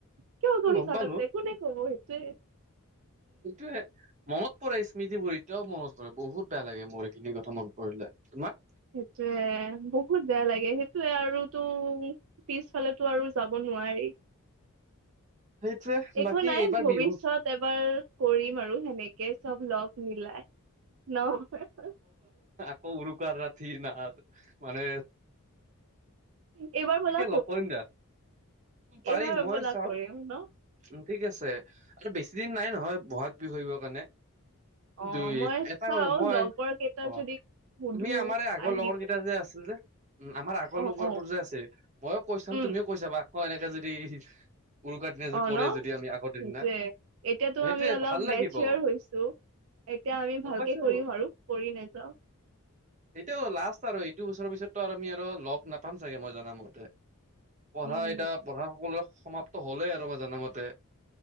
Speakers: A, on the right; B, on the right.
A: কিয় গৈছা
B: গম পালো
A: তাতে কোনে কব সেইটোৱে
B: এইটোৱে। মনত পৰে স্মৃতিবোৰ এতিয়াও মনত পৰে বহুত বেয়া লাগে মোৰ এইখিনি কথা মনত পৰিলে, তোমাৰ?
A: সেইটোয়ে, বহুত বেয়া লাগে আৰুতো পিছফালেটো আৰু যাব নোৱাৰি।
B: সেইটোৱে
A: একো
B: বাকী
A: নাই
B: এইবাৰ
A: ভৱিষ্যত
B: বিহু
A: এবাৰ কৰিম আৰু সেনেক কে চব লগ মিলায়, ন?
B: অহ উৰুকাৰ ৰাতি না মানে
A: এইবাৰ ব'লা
B: ঠিকে লগ কৰিম দিয়া, পাৰিম
A: এইবাৰ
B: মই
A: ব'লা
B: চাও
A: কৰিম ন?
B: উম ঠিক আছে আৰু বেছি দিন নাই নহয় বহাগ বিহু আহিবৰ কাৰণে।
A: অ'
B: দুই
A: মই
B: এটা
A: চাও
B: কৰিম মই,
A: লগৰ কেইটা
B: অহ
A: যদি সুধো
B: তুমি আমাৰ এই আগৰ
A: আহিব,
B: লগৰ কেইটা যে আছিল যে উম আমাৰ আগৰ
A: অ'
B: লগৰবোৰ
A: অ'
B: যে আছে ময়ো কৈ চাম
A: উম,
B: তুমিও কৈছাবা আকৌ এনেকে যদি উৰুকাৰ দিনা
A: অ'
B: যদি কৰে
A: ন?
B: যদি আমি আগৰ
A: সেইটোয়ে,
B: দিনা,
A: এতিয়াতো
B: সেইটোয়ে
A: আমি অলপ
B: ভাল
A: মেচিয়ৰ
B: লাগিব।
A: হৈছো, এতিয়া আমি ভালকে
B: পাইছো
A: কৰিম আৰু পৰি নাযাওঁ।
B: এইটোও লাষ্ট আৰু এইটো বছৰৰ পিছতটো আৰু আমি আৰু লগ নাপাম চাগে মই জানামতে। পঢ়া
A: উম,
B: এতিয়া পঢ়া সকলোৰে সমাপ্ত হ'লেই আৰু মই জানা মতে।